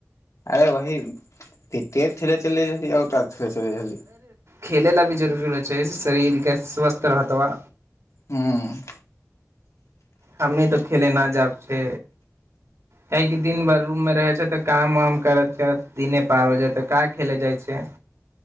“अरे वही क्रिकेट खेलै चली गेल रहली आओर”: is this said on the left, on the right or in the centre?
Left